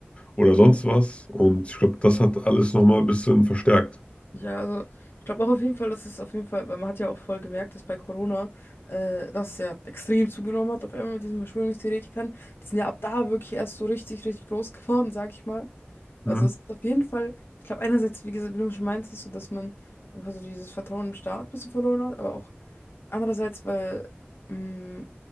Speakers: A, on the left (about 30°); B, on the left (about 65°).
A: oder sonst was. Und ich glaube, das hat alles nochmal ein bisschen verstärkt.
B: Ja, also ich glaube auch auf jeden Fall, dass es auf jeden Fall, weil man hat ja auch voll gemerkt, dass bei Corona äh, das ja extrem zugenommen hat auf einmal mit diesen Verschwörungstheoretikern. Die sind ja ab da wirklich erst so richtig, richtig groß <laughs> geworden, sag ich mal. Also
A: Hm.
B: es ist auf jeden Fall, ich glaube einerseits, wie gesagt, wie du schon meinst, ist so, dass man einfach so dieses Vertrauen im Staat ein bisschen verloren hat, aber auch andererseits, weil mh,